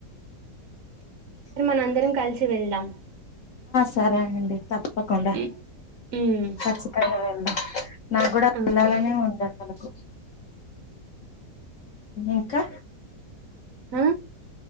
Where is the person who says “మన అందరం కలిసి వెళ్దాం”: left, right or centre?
Right